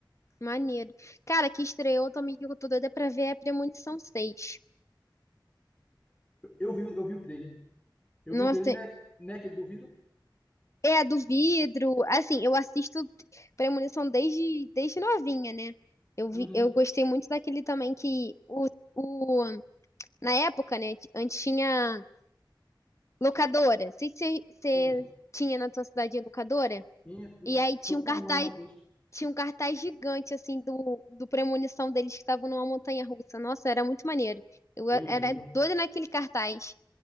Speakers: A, on the left (about 35°); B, on the left (about 15°).
A: Maneiro. Cara, que estreou também que eu tô doida pra ver é Premonição seis
B: Eu vi, eu vi o trailer. Eu
A: Nossa,
B: vi o trailer, não é, não é aquele do vidro?
A: é a do vidro. Assim, eu assisto Premonição desde, desde novinha, né? Eu vi,
B: Uhum,
A: eu gostei muito daquele também que o, o, na época, né? Antes tinha locadora. Sei se você
B: sim.
A: tinha na tua cidade locadora.
B: Tinha, tinha.
A: E aí tinha
B: Só
A: um
B: tinha
A: cartaz
B: uma na matriz.
A: Tinha um cartaz gigante, assim, do, do premonição deles que estavam numa montanha russa. Nossa, era muito maneiro. Eu e-
B: Eu
A: era
B: lembro.
A: doida naquele cartaz.